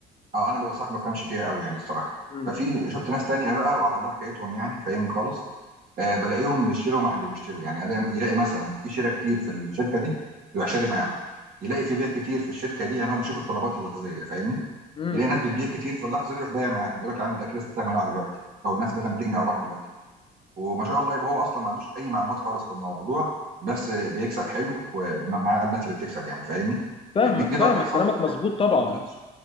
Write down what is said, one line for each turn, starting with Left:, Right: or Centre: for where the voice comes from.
Right: اه انا ببقى صح ما بفهمش فيها قوي يعني الصراحه
Left: امم
Right: ففي شفت ناس تانية بقى وعلى الله حكايتهم يعني فاهمني خالص آه، بلاقيهم بيشتروا مع اللي بيشتروا يعني ألاقي- يلاقي مثلا في شراء كتير في الشركه دي يروح شاري معاهم يلاقي في بيع كتير في الشركه دي يعني هو بيشوف الطلبات اللحظيه فاهمني
Left: امم
Right: يلاقي ناس بتبيع كتير في اللحظه دي يروح بايع معاهم يقول لك يا عم ده كده السهم هيقع دلوقتي او الناس مثلا بتجني ارباح دلوقتي وما شاء الله يبقى هو اصلا ما عندوش اي معلومات خالص في الموضوع بس بيكسب حلو مع الناس اللي بتكسب يعني فاهمني
Left: فاهمك
Right: دي, دي طريقه
Left: فاهمك
Right: صح
Left: كلامك مظبوط طبعا
Right: ولا بلاش